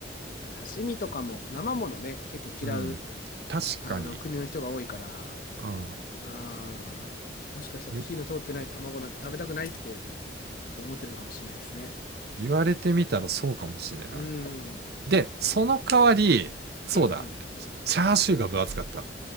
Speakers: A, on the left; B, on the right.
A: う、刺身とかも生ものね、結構嫌う、
B: うん。確かに。
A: あの、国の人が多いから、あ
B: うん。
A: あ、もしかしたら火の通ってない卵なんて食べたくないって
B: 言、
A: 思ってるのかもしれないですね。
B: 言われてみたらそうかもしれない。
A: うーん。
B: で、その代わり、そうだ。
A: うん、うん。
B: チャーシューが分厚かった。